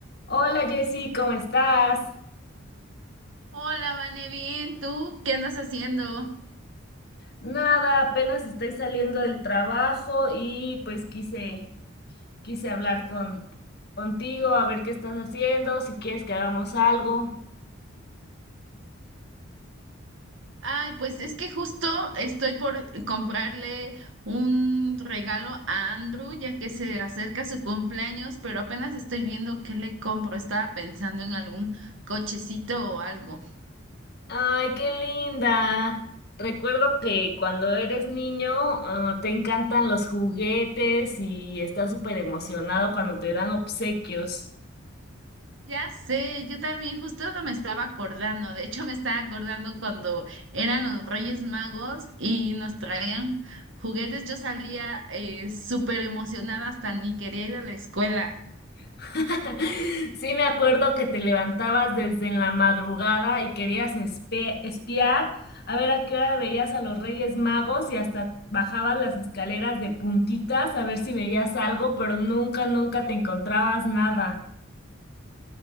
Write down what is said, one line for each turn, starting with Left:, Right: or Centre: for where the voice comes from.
Left: Hola Jessy, ¿cómo estás?
Right: Hola, Vane, bien, ¿tú qué andas haciendo?
Left: Nada, apenas estoy saliendo del trabajo y pues quise, quise hablar con, contigo, a ver qué estás haciendo, si quieres que hagamos algo.
Right: Ay, pues es que justo estoy por comprarle un regalo a Andrew, ya que se acerca su cumpleaños, pero apenas estoy viendo qué le compro. Estaba pensando en algún cochecito o algo.
Left: Ay, qué linda. Recuerdo que cuando eres niño, ah, te encantan los juguetes y estás súper emocionado cuando te dan obsequios.
Right: Ya sé, yo también justo no me estaba acordando. De hecho, me estaba acordando cuando eran los Reyes Magos y nos traían juguetes. Yo salía eh, súper emocionada, hasta ni quería ir a la escuela.
Left: <laughs> Sí, me acuerdo que te levantabas desde en la madrugada y querías espe- espiar a ver a qué hora veías a los Reyes Magos y hasta bajabas las escaleras de puntitas a ver si veías algo, pero nunca, nunca te encontrabas nada.